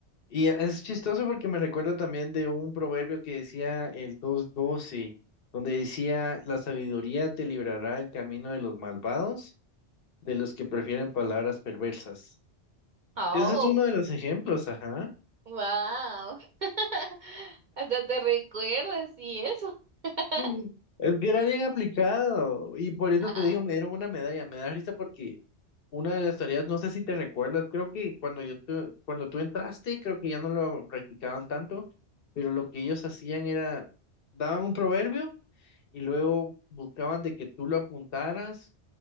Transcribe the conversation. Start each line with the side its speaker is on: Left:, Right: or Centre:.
Left: Y es chistoso porque me recuerda también de un proverbio que decía el dos doce donde decía, la sabiduría te librará el camino de los malvados, de los que prefieren palabras perversas.
Right: Oh,
Left: Ese es uno de los ejemplos, ajá.
Right: wow. <laughs> Hasta te recuerdas y eso. <laughs>
Left: Mm. Es que era bien aplicado y por eso
Right: Ah,
Left: te digo, me dieron una medalla. Me da risa porque una de las tareas, no sé si te recuerdas, creo que cuando yo tu- cuando tú entraste, creo que ya no lo practicaban tanto, pero lo que ellos hacían era, daban un proverbio y luego buscaban de que tú lo apuntaras